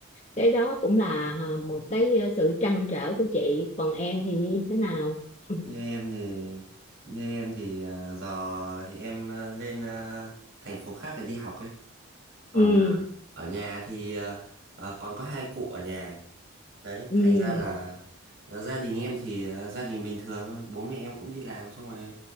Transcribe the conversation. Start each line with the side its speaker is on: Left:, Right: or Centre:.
Left: cái đó cũng là à, một cái ờ, sự trăn trở của chị còn em thì như thế nào <laughs>
Right: như em thì như em thì à, giờ thì em à, lên à, thành phố khác để đi học ấy. Còn
Left: ừ
Right: à, ở nhà thì à, à, còn có hai cụ ở nhà. Đấy,
Left: ừ
Right: thành ra là à, gia đình em thì à, gia đình bình thường thôi. Bố mẹ em cũng đi làm xong rồi